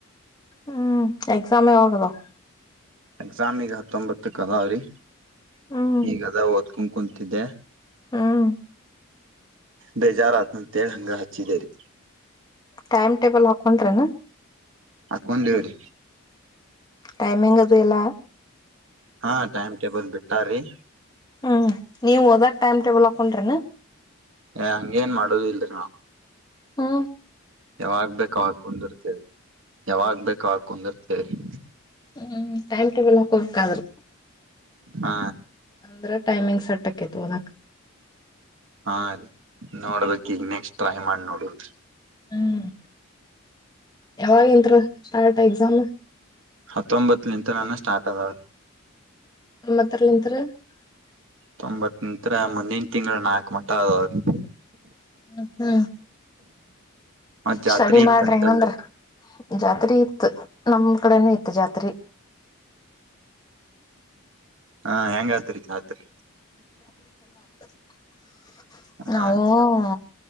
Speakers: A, on the left; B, on the right.
A: ಹ್ಮ್ ಎಕ್ಸಾಮೇ ಯಾವಾಗ ಅದಾವ
B: ಎಕ್ಸಾಮ್ ಈಗ ಹತ್ತೊಂಬತ್ತಕ್ಕ ಅದಾವ್ರಿ
A: ಹ್ಮ್
B: ಈಗ ಅದ ಓದ್ಕ್ ಕುಂತಿದ್ದೆ
A: ಹ್ಮ
B: ಬೇಜಾರ ಆತ ಅಂತೇಳಿ ಹಂಗ ಹಚ್ಚಿದ್ದೇರಿ
A: ಟೈಮ್ ಟೇಬಲ್ ಹಾಕೊಂಡ್ರನಾ
B: ಹಾಕೊಂಡೇವ್ರೀ
A: ಟೈಮಿಂಗ್ ಅದು ಎಲ್ಲ
B: ಹಾ ಟೈಮ್ ಟೇಬಲ್ ಬಿಟ್ಟರೀ
A: ಹ್ಮ್ ನೀವ ಹೋದಾಗ ಟೈಮ್ ಟೇಬಲ್ ಹಾಕೊಂಡ್ರೇನಾ
B: ಏ ಹಂಗೇನ್ ಮಾಡುದ ಇಲ್ರಿ ನಾ
A: ಹ್ಮ
B: ಯಾವಾಗ್ ಬೇಕು ಹಾಕೊಂಡಿರ್ತೇವೆ ಯಾವಾಗ್ ಬೇಕ ಕುಂದರ್ ಸರಿ
A: ಹ್ಮ್ ಟೈಮ್ ಟೇಬಲ್ ಹಾಕೋಬೇಕಾದ್ರರು
B: ಹಾ
A: ಅಂದ್ರೆ ಟೈಮಿಂಗ್ಸ್ಟ್ಟಕತ್ ಲಕ
B: ಹಾ ನೋಡ್ಬೇಕಕ್ ಈಗ ನೆಕ್ಸ್ಟ್ ಟ್ರೈ ಮಾಡಿ ನೋಡನ್ರಿ
A: ಹ್ಮ್ ಯಾವಾಗಂ <unintelligible> ಎಕ್ಸಾಮ
B: ಹತ್ತೊಂಬತ್ತು ನಿಂತ ನಾನ ಸ್ಟಾರ್ಟ್ ಆದದಾವ್ರೀ
A: <inaudible>
B: ತೊಂಬತ್ ನತ್ರ ಮುಂದಿನ ತಿಂಗಳ ನಾಲ್ಕು ಮಟ್ಟ ಆದದಾವ್ರೀ
A: ಹ್ಮ್ ಹ್ಮ್
B: ಮತ್ ಜಾತ್ರೆ
A: ಸ್ಟಡಿ ಮಾಡ್ರಿ
B: ಇತ್ತಂತಲ್ರಿ
A: ಹಂಗಂದ್ರ ಜಾತ್ರಿ ಇತ್ತು ನಮ್ ಕಡೆನ ಇತ್ತು ಜಾತ್ರಿ
B: ಹಾ ಹೆಂಗ ಆತ್ರಿ ಜಾತ್ರಿ
A: <unintelligible>
B: ಹ
A: ನಾಾವವು